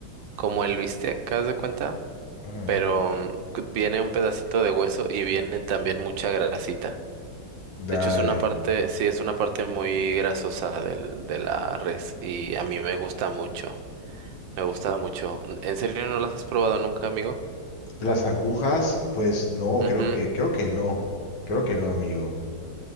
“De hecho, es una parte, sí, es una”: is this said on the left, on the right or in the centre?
Right